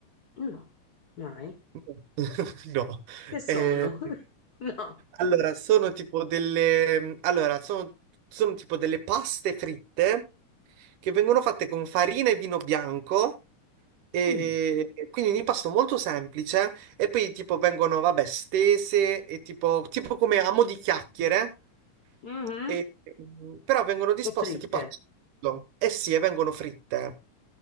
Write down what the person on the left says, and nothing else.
no, mai.
Che sono?
<laughs> No.
Mm.
Mh-mh.
O fritte?